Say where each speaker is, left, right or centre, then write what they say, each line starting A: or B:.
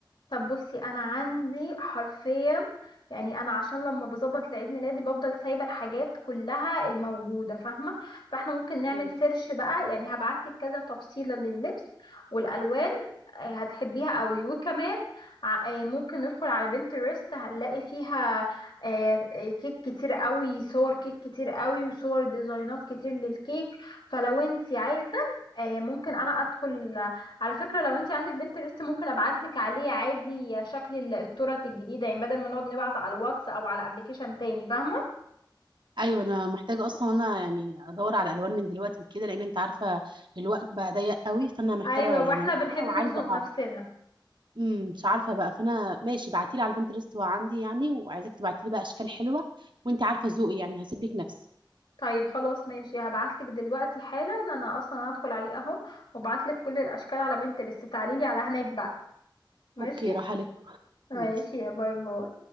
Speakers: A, on the left; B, on the right.
A: طب بصي انا عندي حرفيا يعني انا عشان لما بظبط لعيد ميلادي بفضل سايبه الحاجات كلها الموجوده فاهمه فاحنا ممكن نعمل
B: مم.
A: سيرش بقى يعني هبعتلك كذا تفصيله لللبس والالوان آه، هتحبيها قوي وكمان ع- آه، ممكن ندخل على بنترست هنلاقي فيها آه، آه، كيك كتير قوي صور كيك كتير قوي وصور ديزاينات كتير للكيك فلو انت عايزه آه، ممكن انا ادخل على فكرة لو انت عندك بنترست ممكن ابعتلك عليه عادي شكل ال- الترت الجديدة يعني بدل ما نقعد نبعت على الواتس او على ابلكيشن تاني فاهمة
B: ايوه انا محتاجه اصلا انا يعني ادور على الوان من دلوقتي وكده لان انت عارفه الوقت بقى ضيق قوي فانا محتاره
A: ايوه
B: يعني
A: واحنا
B: محتاره
A: بنحب نزنق
B: وعايزه اعرف
A: نفسنا
B: امم مش عارفه بقى فانا ماشي بعتيلي على البنترست هو عندي يعني وعايزاك تبعتيلي بقى اشكال حلوه وانت عارفه ذوقي يعني هسيب لك نفسي
A: طيب خلاص ماشي هبعتلك دلوقتي حالا انا اصلا هدخل عليه اهو وابعتلك كل الاشكال على بنترست تعاليلي على هناك بقى ماشي
B: اوكي راح لك
A: ماشي
B: ماشي
A: يا باي باي